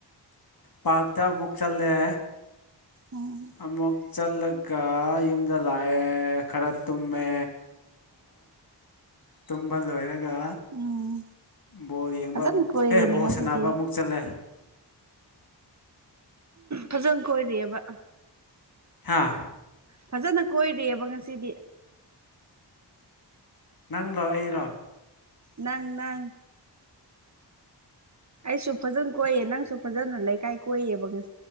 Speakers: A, on the left; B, on the right.
A: ꯄꯥꯔꯛꯇ ꯑꯃꯨꯛ ꯆꯠꯂꯦ
B: ꯎꯝ
A: ꯑꯃꯨꯛ ꯆꯠꯂꯒ ꯌꯨꯝꯗ ꯂꯥꯛꯑꯦ ꯈꯔ ꯇꯨꯝꯃꯦ ꯇꯨꯝꯃꯒ ꯂ
B: ꯎꯝ
A: ꯕꯣꯜ ꯌꯦꯡꯕ
B: ꯐꯖꯅ
A: ꯑꯃꯨꯛ
B: ꯀꯣꯏꯔꯤꯅꯦ
A: ꯑꯦ ꯕꯣꯜ
B: ꯉꯁꯤꯗꯤ
A: ꯁꯥꯟꯅꯕ ꯑꯃꯨꯛ ꯆꯠꯂꯦ
B: ꯐꯖꯅ ꯀꯣꯏꯔꯤꯑꯕ
A: ꯍꯥꯥ
B: ꯐꯖꯅ ꯀꯣꯏꯔꯤꯑꯕ ꯉꯁꯤꯗꯤ
A: ꯅꯪꯗꯣ ꯑꯩꯔꯣ
B: ꯅꯪ ꯅꯪ ꯑꯩꯁꯨ ꯐꯖꯅ ꯀꯣꯏꯌꯦ ꯅꯪꯁꯨ ꯐꯖꯅ ꯂꯩꯀꯥꯏ ꯀꯣꯏꯌꯦꯕ ꯉ